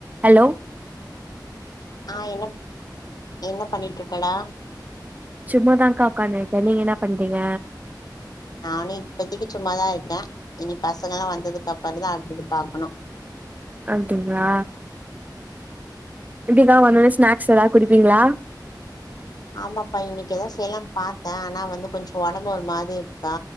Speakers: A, on the right; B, on the left.
A: hello
B: ஆ என்ன என்ன பண்ணிட்டு இருக்கடா
A: சும்மாதா அக்கா உக்காந்து இருக்கே நீங்க என்ன பண்றீங்க
B: நானும் இப்பதைக்கு சும்மாதா இருக்கேன் இனி பசங்க எல்லாம் வந்ததுக்கு அப்புற தான் அடுத்தது பாக்கணும்
A: அதுங்களா வீட்டுக்லா வந்ததும் ஸ்நாக்ஸ் எதாவ்து குடுப்பீங்களா
B: ஆமாப்பா இன்னைக்கு ஏதாவ்து செய்யலாம்னு பாத்தேன் ஆனா வந்து கொஞ்சம் உடம்பு ஒரு மாரி இருக்கா